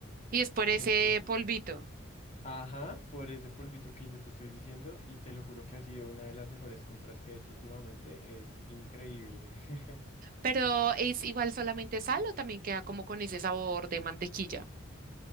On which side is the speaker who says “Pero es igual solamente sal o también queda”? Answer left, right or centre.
Right